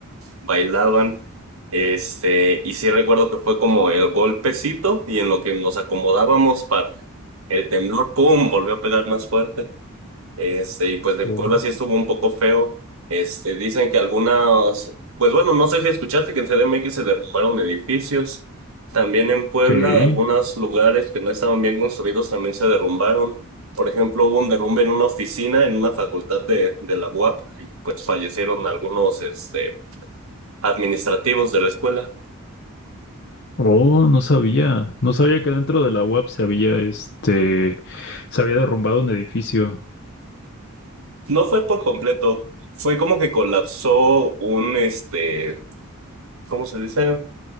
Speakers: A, on the right; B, on the left.
A: Bailaban. Este, y sí recuerdo que fue como el golpecito y en lo que nos acomodábamos para el temblor, ¡pum! volvió a pegar más fuerte. Este, y pues del
B: Oh.
A: Puebla sí estuvo un poco feo. Este, dicen que algunas, pues bueno, no sé si escuchaste que en CDMX se derrumbaron edificios. También en Puebla,
B: Sí.
A: algunos lugares que no estaban bien construidos también se derrumbaron. Por ejemplo, hubo un derrumbe en una oficina en una facultad de, de la UAP, y, pues fallecieron algunos, este, administrativos de la escuela.
B: Oh, no sabía. No sabía que dentro de la UAP se había, este, se había derrumbado un edificio.
A: No fue por completo, fue como que colapsó un, este, ¿cómo se dice?